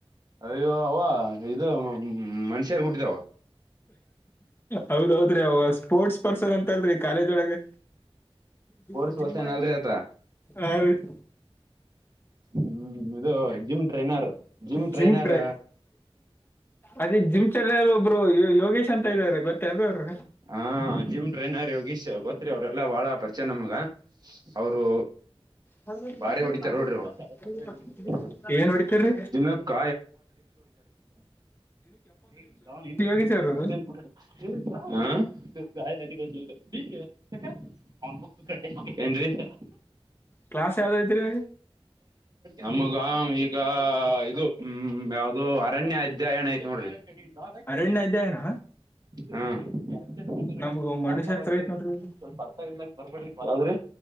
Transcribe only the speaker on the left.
ಹೌದೌದ್ರಿ ಅವ ಸ್ಪೋರ್ಟ್ಸ್ ಪರ್ಸನ್ ಅಂತ ಅಲ್ರಿ ಕಾಲೇಜ್ ಒಳಗೆ ಜ
ಜಿಮಂಬ
ಹ <inaudible>
ಜಿಮ್ ಟ ಅದೇ ಜಿಮ್ ಚೆಲ ಒಬ್ರು ಯೋಗೇಶ್ ಅಂತ ಇದಾರೆ ಗೊತ್ತೇಲ್ ಅವರು
ಹ <unintelligible>
ಏನ್ ಹೊಡಿತರಿ
ಯೋಗೇಶ್
ಅವರು
ಕ್ಲಾಸ್ ಯಾವ್ದ ಐತ್ರಿೀ
ಅರಣ್ಯ ಅಧ್ಯಯನ
ನಮ್ಗ ಮಣ್ಣುಶಾಸ್ತ್ರ
ಐತ್ ನೋಡ್ರಿ ಇವಾಗ.